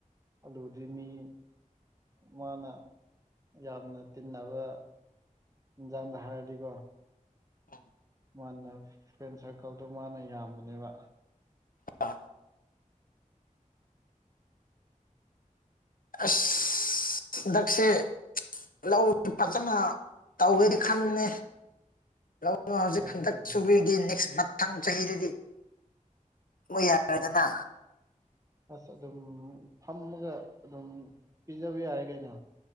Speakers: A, on the right (about 25°); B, on the left (about 85°).
A: ꯑꯂꯨꯗꯤ ꯃꯤ ꯃꯥꯅ ꯌꯥꯝꯅ ꯇꯤꯟꯅꯕ ꯌꯥꯥꯟꯗ ꯍꯥꯔꯗꯤ ꯀꯣ
B: ꯑꯝ
A: ꯃꯥꯅ ꯐ꯭ꯔꯦꯟ ꯁꯥꯔꯀꯜꯗꯣ ꯃꯥꯅ ꯌꯥꯝꯕꯅꯦꯕ
B: ꯑ ꯑꯁ ꯗꯁ ꯂꯧꯁꯤ ꯐꯖꯅ ꯇꯧꯒꯦꯗꯤ ꯈꯟꯦ ꯂꯧ ꯑ ꯍꯧꯖꯤꯛ
A: ꯇꯧꯔꯤ
B: ꯍꯟꯗꯛ
A: ꯀꯩꯅꯤ
B: ꯁꯨꯕꯤꯔꯗꯤ ꯅꯦꯛꯁ ꯃꯊꯪ ꯆꯍꯤꯗꯗꯤ ꯃ ꯌꯥ ꯀꯔꯗꯅꯥ
A: ꯑꯁ ꯑꯗꯨꯝ ꯐꯝꯃꯒ ꯑꯗꯨꯝ ꯄꯤꯖꯕ ꯌꯥꯔꯦ ꯀꯩꯅ